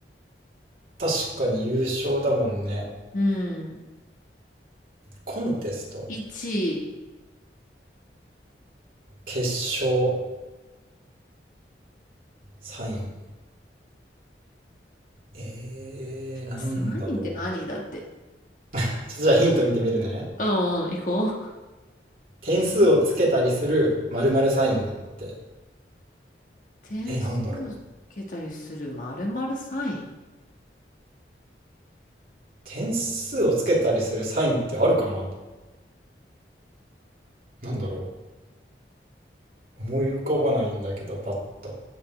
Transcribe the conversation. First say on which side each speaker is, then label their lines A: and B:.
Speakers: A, on the right (about 50°); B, on the left (about 45°).
A: ー、確かに優勝だもんね。
B: うん。
A: コンテスト、
B: 1
A: 決勝、サイン。えー、なんだろう。
B: サインって何だって。
A: ちょっとじゃあヒント見てみるね。
B: うんうん、行こう。
A: 点数をつけたりする〇〇サインだって。
B: 点数をつけたりする〇〇サイン。
A: え、なんだろう。点数をつけたりするサインってあるかななんだろう思い浮かばないんだけど、パッと。